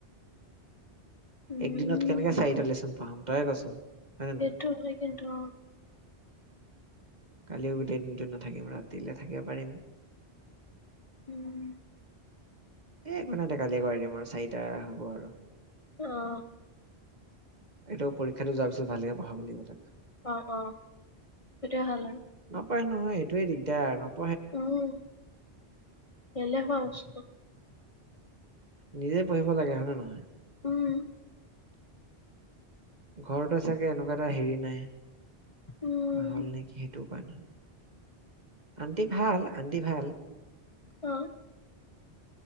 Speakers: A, on the left; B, on the right.
A: উম
B: এক দিনত কেনেকে চাৰিটা লেচন পাম? তয়ে কচোন? হয় নে
A: সেইটো
B: নহয়
A: হয়, কিন্তু অ'।
B: কালিও গোটেই দিনটো নাথাকিম, ৰাতিলে থাকিব পাৰিম।
A: উম।
B: এ, একো নাই দে, কালিয়ে কৰাই দিম আৰু চাৰিটা হ'ব আৰু।
A: অ'।
B: এইটো পৰীক্ষাটো যোৱাৰ পিছত ভালকে পঢ়াব লাগিব তাক।
A: অ', অ', সেইটোয়ে ভাল আৰু
B: <unintelligible> সেইটোৱেই দিগদাৰ আৰু ন
A: উম, এলেহুৱা মস্ত
B: নিজে পঢ়িব লাগে হয়, নে নহয়?
A: উম
B: ঘৰতে চাগে এনেকুৱা এটা হেৰি নাই
A: উম
B: নাহল নেকি সেইটো <unintelligible> আন্টি ভাল, আন্টি ভাল।
A: অ'।